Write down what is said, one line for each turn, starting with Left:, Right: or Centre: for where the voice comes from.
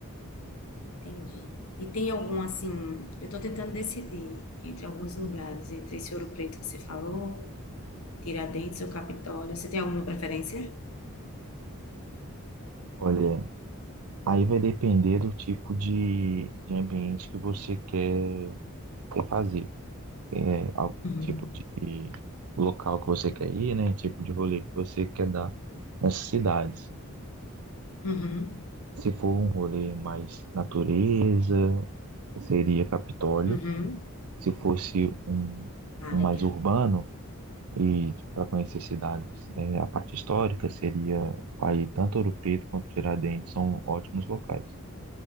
Left: entendi. E tem algum assim, eu estou tentando decidir entre alguns lugares, entre esse Ouro Preto que você falou, Tiradentes ou Capitólio. Você tem alguma preferência?
Right: Olha, aí vai depender do tipo de, de ambiente que você quer, quer fazer, né? Al-
Left: Uhum.
Right: tipo de local que você quer ir, né? Tipo de rolê que você quer dar nessas cidades.
Left: Uhum.
Right: Se for um rolê mais natureza, seria Capitólio.
Left: Uhum.
Right: Se fosse um,
Left: Ah,
Right: um
Left: legal.
Right: mais urbano e para conhecer cidades, é, a parte histórica seria aí tanto Ouro Preto quanto Tiradentes são ótimos locais.